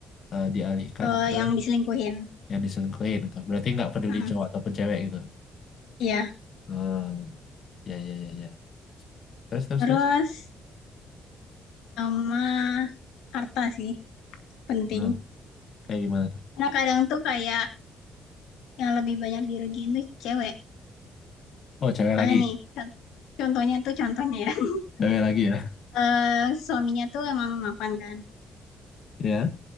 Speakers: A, on the left; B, on the left.
A: eh, dialihkan
B: ke
A: ke
B: yang diselingkuhin
A: yang diselingkuhin gitu. Berarti nggak peduli
B: Heeh,
A: cowok ataupun cewek gitu.
B: iya
A: Hmm, ya ya ya ya. Terus terus
B: terus
A: terus.
B: sama harta sih penting
A: Hmm, kayak gimana tuh?
B: Nah kadang tuh kayak yang lebih banyak dirugiin tuh cewek.
A: Oh, cewek
B: Soalnya
A: lagi.
B: nih, kan, contohnya tuh contohnya ya. <laughs>
A: Cewek lagi ya.
B: Eh, suaminya tuh emang mapan kan,
A: Ya.